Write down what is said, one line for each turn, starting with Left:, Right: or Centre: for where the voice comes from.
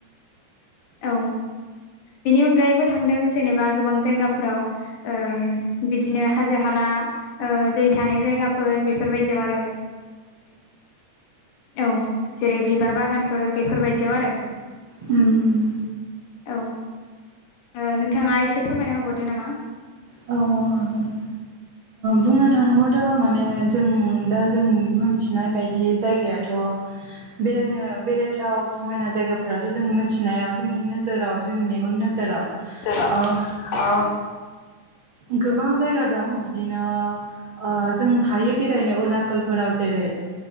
Left: औ। बिनि अनगायैबो थांदों जेनेबा गोबां जायगाफोराव ओ बिदिनो हाजो हाला ओ दै थानाय जायगाफोर बेफोरबायदियाव आरो। औ जेरै बिबार बागानफोर बेफोरबायदियाव आरो।
Right: उम उम।
Left: औ ओ नोंथाङा एसे फोरमायना होबावदो नामा?
Right: औ हागोन बुंनो थाङोबाथ' माने जों दा जों मोनथिनाय बायदि जायगायाथ' बेरायनो बेरायथाव समायना जायगाफोराथ' जों मिथिनायाव जोंनि नोजोराव जोंनि मेगननि नोजोराव
Left: <unintelligible>
Right: ओ
Left: ओ
Right: गोबां जायगा दं बिदिनो ओ जों हायो बेरायनो अरुणाचलफोराव जेरै